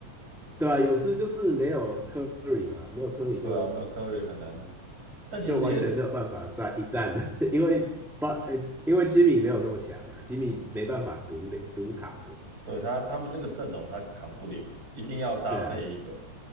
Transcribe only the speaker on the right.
对啊，没有 c u 很难，但其实也是
对他他们那个阵容他扛不了，一定要搭配一个。